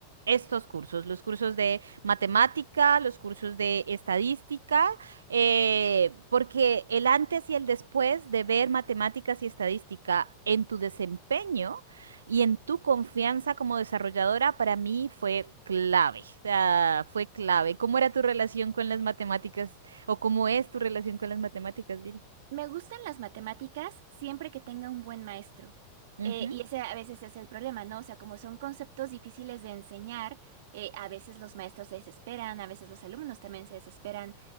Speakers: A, on the right (about 75°); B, on the right (about 55°).
A: Estos cursos, los cursos de matemática, los cursos de estadística Eh, porque el antes y el después de ver matemáticas y estadística en tu desempeño y en tu confianza como desarrolladora para mí fue clave. O sea, fue clave. ¿Cómo era tu relación con las matemáticas o cómo es tu relación con las matemáticas, Viri?
B: Me gustan las matemáticas siempre que tenga un buen maestro.
A: Ujú,
B: Eh, y ese a veces es el problema, ¿no? O sea, como son conceptos difíciles de enseñar, eh, a veces los maestros se desesperan, a veces los alumnos también se desesperan.